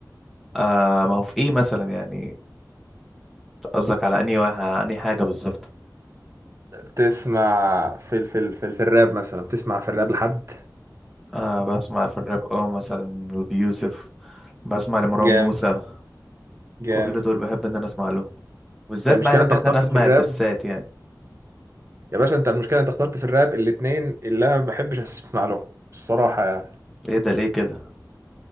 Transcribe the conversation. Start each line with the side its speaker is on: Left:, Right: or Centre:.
Centre: آه ما هو في ايه مثلا يعني قصدك على انهي واحد- على انهي حاجة بالظبط
Right: بتسمع في ال- في ال- في ال- في الراب مثلا بتسمع في الراب لحد
Centre: آه بسمع في الراب اه مثلا لأبي يوسف بسمع لمروان
Right: جامد
Centre: موسى
Right: جامد
Centre: كل دول بحب ان انا اسمع لهم بالذات
Right: انت المشكلة
Centre: بقى بحب
Right: انت
Centre: ان
Right: اخترت
Centre: انا اسمع
Right: في الراب
Centre: الدسات يعني
Right: يا باشا انت المشكله انت اخترت في الراب الاتنين اللي انا ما بحبش اسمع لهم الصراحه يعني
Centre: ايه ده ليه كده